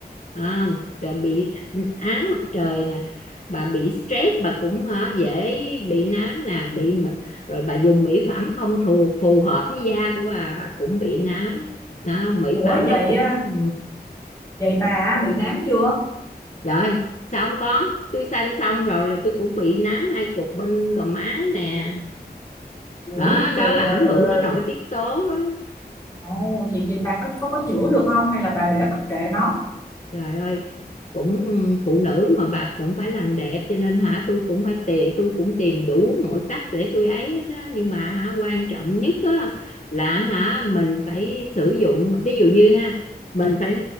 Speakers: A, on the left; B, on the left.
A: à, rồi bị ánh mặt trời nè bà bị stress bà cũng hả, dễ bị nám nè bị m- rồi bà dùng mỹ phẩm không phù phù hợp với da của bà bà cũng bị nám đó, mỹ
B: Ủa
A: phẩm
B: vậy
A: nó cũng
B: á,
A: ừ,
B: vậy bà bị nám chưa?
A: Trời ơi, sao không có? Tôi sanh xong rồi là tôi cũng bị nám hai cục bên gò má nè.
B: Ủi
A: Đó,
B: rồi
A: đó là
B: ờ,
A: ảnh
B: rồi
A: hưởng
B: rồi
A: nó nội tiết tố đó.
B: ồ vậy vậy bà có có có chữa được không hay là bà để mặc kệ nó
A: Trời ơi, cũng ừ, phụ nữ mà bà cũng phải làm đẹp cho nên hả tôi cũng phải tìm tôi cũng tìm đủ mọi cách để tôi ấy hết á nhưng mà hả quan trọng nhất á là hả mình phải sử dụng ví dụ như ha mình phải